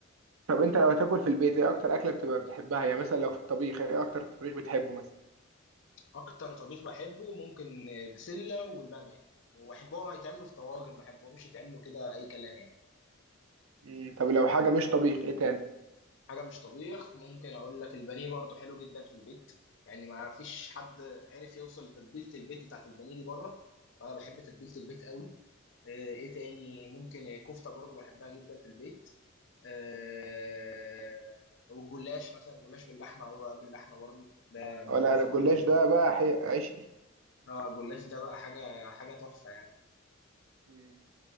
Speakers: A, on the right (about 80°); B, on the left (about 60°).
A: طب انت لو تاكل في البيت ايه اكتر اكله بتبقى بتحبها يعني مثلا لو في الطبيخ ايه اكتر طبيخ بتحبه مثلا
B: اكتر طبيخ بحبه ممكن بسله والباميه وبحبهم يتعملوا في طواجن ما بحبهمش يتعملوا كده اي كلام يعني
A: مم. طب لو حاجه مش طبيخ ايه تاني
B: حاجه مش طبيخ ممكن اقول لك البانيه برضو حلو جدا في البيت يعني ما فيش حد عرف يوصل لتتبيله البيت بتاعت البانيه دي بره فانا بحب تتبيله البيت قوي آه، ايه تاني ممكن كفته برضو بحبها جدا في البيت آه، وجلاش مثلا جلاش باللحمه او رقاق باللحمه برضو ده من
A: اه لا
B: مفضلي
A: انا الجلاش
B: بالنسبه
A: ده بقى
B: لي
A: حي... عشقي
B: اه الجلاش ده بقى حاجه حاجه تحفه يعني
A: مم.